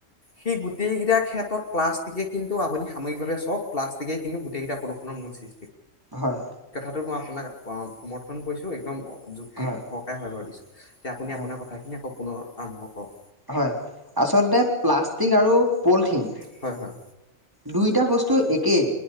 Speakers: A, on the left; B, on the right.
A: সি গোটেইকেইটা খেত, প্লাষ্টিকে, কিন্তু আপুনি সাময়িকাৱে চওক প্লাষ্টিক, গতিকে কিন্তু গোটেইটা প্ৰদুষণৰ মুলচিন।
B: হয়
A: মই আপোনাক সমৰ্থন কৰিছো একদম যুক্তিত
B: হয়
A: সহকায় হয়ভৰ দিছে যে আপুনি
B: হয়
A: আপোনাৰ কথা খিনি পুনৰ আৰম্ভ কৰক
B: হয় আচলতে প্লাষ্টিক আৰু পলিথিন
A: হয় হয়।
B: দুইটা বস্তু তো একেই